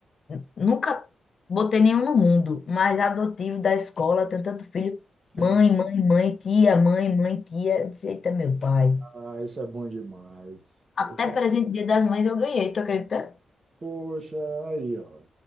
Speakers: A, on the left (about 50°); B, on the right (about 45°).
A: N- Nunca botei nenhum no mundo, mas adotivo da escola, tenho tanto filho.
B: Tem
A: Mãe,
B: um
A: mãe, mãe, tia, mãe, mãe, tia. Eu disse, eita, meu pai.
B: Ah, isso é bom demais.
A: Até
B: Eu
A: presente Dia das Mães eu ganhei, tu acredita?
B: Poxa, aí, ó.